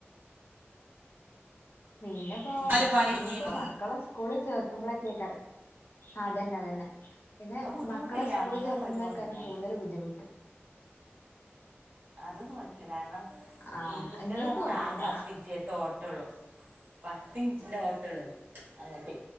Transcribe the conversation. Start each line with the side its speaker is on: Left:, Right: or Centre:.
Left: പിന്നെപ്പോ
Right: നാല് പണി
Left: ഇഞ്ഞ്
Right: പിന്നെയുണ്ടോ
Left: പ്പം മക്കളെ സ്കൂൾള് ചേർത്തുമ്പളൊക്കെക്കാരം. അതന്നെ അതന്നെ. പിന്നെ
Right: അത് ബുദ്ധിമുട്ടില്ല
Left: മക്കളെ സ്കൂളിൽ
Right: നമ്മക്ക്
Left: ചേർത്തുമ്പേളേക്കാരം
Right: ആ കുഴപ്പമൊന്നുമില്ല നമ്മള്
Left: കൂടുതൽ ബുദ്ധിമു
Right: അതൊന്നും കൊഴപ്പല്ല. കാരണം
Left: ആഹ്
Right: ഇ ഇന്റെ
Left: ഇങ്ങൾക്ക്
Right: ന്ന് പറഞ്ഞാ
Left: കൊഴപ്പില്ല
Right: ആകെ പത്തിൻറ്റ് നേരത്തെ ഓട്ടൊള്ളു. പത്തിൻറ്റിന്റെ ഓട്ടൊള്ളു. അങ്ങട്ട്.